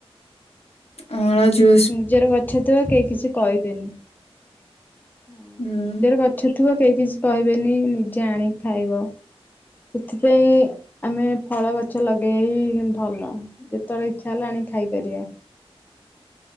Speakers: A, on the left; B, on the left.
A: ଅଁଳା ଜୁ
B: ନିଜର ଗଛ ଥିବ କେହି କିଛି କହିବେନି ନିଜର
A: ହୁଁ
B: ଗଛ ଉଥିବ କେହି କିଛି କହିବେନି ନିଜେ ଆଣିକି ଖାଇବ। ସେଥିପାଇଁ ଆମେ ଫଳ ଗଛ ଲଗେଇବା ହିଁ ଭଲ। ଯେତବେଳେ ଇଚ୍ଛା ହେଲା ଆଣିି ଖାଇପାରିବେ।